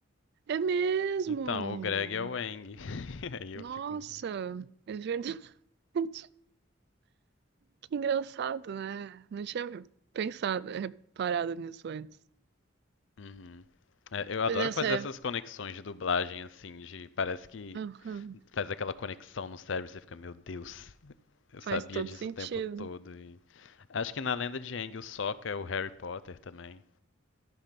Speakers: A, on the right; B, on the left.
A: É mesmo!
B: Então, o Greg é o Aang. <laughs> Aí eu
A: Nossa,
B: fico muito.
A: é verdade. <laughs> Que engraçado, né? Não tinha pensado, reparado nisso antes.
B: Uhum. É, eu adoro
A: Pois é, essa
B: fazer essas conexões de dublagem, assim, de. Parece que
A: Aham,
B: faz aquela conexão no cérebro, você fica, meu Deus, eu
A: Faz
B: sabia
A: todo
B: disso
A: sentido.
B: o tempo todo. E... Acho que na lenda de Aang, o Sokka é o Harry Potter também.